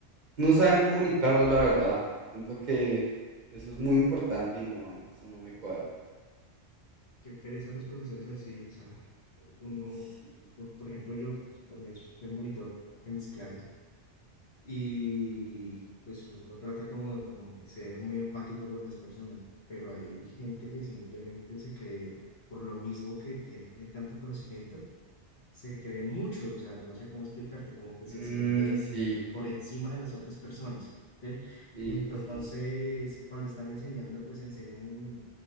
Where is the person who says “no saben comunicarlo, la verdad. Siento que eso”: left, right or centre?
Right